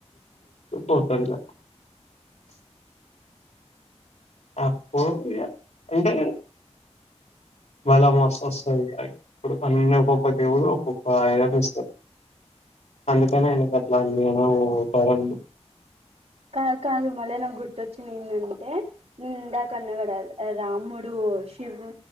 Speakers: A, on the left; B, on the right.
A: పోతారు ఇగ అప్పుడు ఇగ అంటే వస్తే వస్తది ఇప్పుడు అన్న ఒక్కొక్క దేవుడు ఒక్కొక్క ఆయుధం ఇస్తాడు అందుకనే ఆయనకట్ల అన్ని అవతారం
B: కా కాదు మళ నా గుర్తు వచ్చింది ఏంటంటే నిండా కన్నాగడ రాముడు శివు